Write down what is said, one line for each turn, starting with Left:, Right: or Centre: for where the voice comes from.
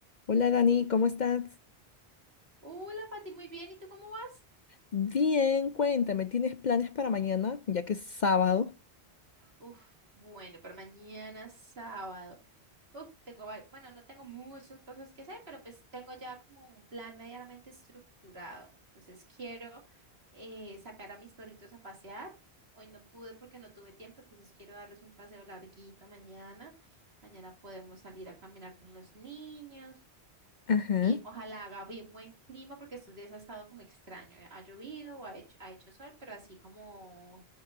Left: Hola Dani, ¿cómo estás?
Right: Hola, Pati, muy bien. ¿Y tú cómo vas?
Left: Bien, cuéntame, ¿tienes planes para mañana, ya que es sábado?
Right: Uf, bueno, pero mañana sábado. Uf, tengo, va- bueno, no tengo muchas cosas que hacer, pero pues tengo ya como un plan medianamente estructurado. Entonces quiero eh, sacar a mis perritos a pasear. Hoy no pude porque no tuve tiempo, entonces quiero darles un paseo larguito mañana. Mañana podemos salir a caminar con los niños.
Left: Ajá.
Right: Bien, ojalá haga bien, buen clima porque estos días ha estado como extraño. Ha llovido, ha hecho, ha hecho sol, pero así como,